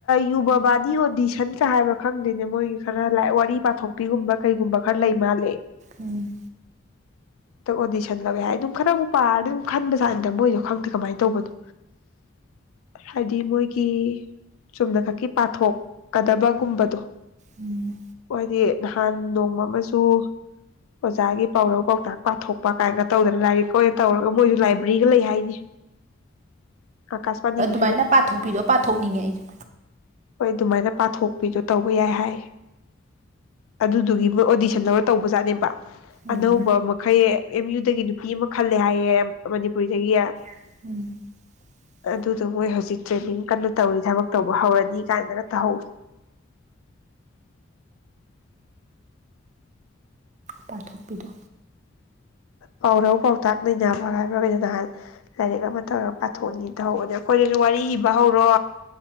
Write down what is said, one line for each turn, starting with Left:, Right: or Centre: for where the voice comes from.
Left: ꯌꯨꯕꯥꯕꯥꯅꯤ ꯑꯣꯗꯤꯁꯟꯒ ꯍꯥꯏꯕꯥ ꯈꯪꯗꯣꯏꯅꯦ ꯃꯣꯏꯒꯤ ꯈꯔ ꯂ ꯋꯥꯔꯤ ꯄꯥꯊꯣꯛꯄꯤꯒꯨꯝꯕ ꯀꯩꯒꯨꯝꯕ ꯈꯔ ꯂꯩ ꯃꯥꯜꯂꯦ
Right: ꯎꯝ
Left: ꯍꯟꯗꯛ ꯑꯣꯗꯤꯁꯟ ꯂꯧꯦ ꯍꯥꯏ ꯑꯗꯨꯝ ꯈꯔꯕꯨꯨꯛ ꯄꯥꯔꯗꯤ ꯑꯗꯨꯝ ꯈꯟꯕꯁꯥꯅꯤꯗ ꯃꯣꯏꯁꯨ ꯈꯪꯗꯦ ꯀꯃꯥꯏꯅ ꯇꯧꯕꯅꯣ ꯍꯥꯏꯗꯤ ꯃꯣꯏꯒꯤ ꯆꯨꯝꯅ ꯈ ꯀꯤ ꯄꯥꯊꯣꯛꯀꯗꯕꯒꯨꯝꯕꯗꯣ
Right: ꯎꯝ
Left: ꯍꯥꯏꯗꯤ ꯅꯍꯥꯟ ꯅꯣꯡꯃ ꯑꯃꯁꯨ ꯑꯣꯖꯥꯒꯤ ꯄꯥꯎꯔꯧ ꯄꯥꯎꯇꯥꯛ ꯄꯥꯊꯣꯛꯄ ꯀꯥꯏꯒ ꯇꯧꯗꯅ ꯂꯥꯏꯔꯤꯛ ꯑꯣꯏꯅ ꯇꯧꯔꯒ ꯃꯣꯏꯁꯨ ꯂꯥꯏꯕ꯭ꯔꯦꯔꯤꯒ ꯂꯩ ꯍꯥꯏꯅꯤ ꯑꯀꯥꯁꯐꯥꯥꯅꯤꯒꯤ
Right: ꯁꯨꯃꯥꯏꯅ ꯄꯥꯊꯣꯛꯄꯤꯔꯣ ꯄꯥꯊꯣꯛꯅꯤꯡꯉꯦ ꯑꯩꯁꯨ
Left: ꯍꯣꯏ ꯑꯗꯨꯃꯥꯏꯅ ꯄꯥꯊꯣꯛꯄꯤꯗꯣ ꯇꯧꯕ ꯌꯥꯏ ꯍꯥꯏ ꯑꯗꯨꯗꯨꯒꯤ ꯃꯣꯏ ꯑꯣꯗꯤꯁꯟ ꯂꯧꯔꯒ ꯇꯧꯕꯖꯥꯠꯅꯦꯕ
Right: ꯎꯝ
Left: ꯑꯅꯧꯕ ꯃꯈꯩ ꯑꯦꯝ ꯌꯨ <unintelligible> ꯅꯨꯄꯤ ꯑꯃ ꯈꯜꯂꯦ ꯍꯥꯏꯌꯦ ꯃꯅꯤꯄꯨꯔꯤꯗꯒꯤ
Right: <inaudible>
Left: ꯑꯗꯨ ꯑꯗꯨ ꯃꯣꯏ ꯍꯧꯖꯤꯛ ꯇ꯭ꯔꯦꯅꯤꯡ ꯀꯟꯅ ꯇꯧꯔꯤ ꯊꯕꯛ ꯇꯧꯕ ꯍꯧꯔꯅꯤ ꯀꯥꯏꯅꯒ ꯇꯧꯍꯧꯋꯤ
Right: ꯄꯥꯊꯣꯛꯄꯤꯗꯣ
Left: ꯄꯥꯎꯔꯧ ꯄꯥꯎꯇꯥꯛ ꯅꯩꯅꯕ ꯍꯥꯏꯕ꯭ꯔꯥꯒꯗꯣ ꯅꯍꯥꯟ ꯂꯥꯏꯔꯤꯛ ꯑꯃ ꯇꯧꯔꯒ ꯄꯥꯊꯣꯛꯅꯤ ꯇꯍꯧꯕꯅꯦ ꯑꯩꯈꯣꯏꯗꯁꯨ ꯋꯥꯔꯤ ꯏꯕ ꯍꯧꯔꯣ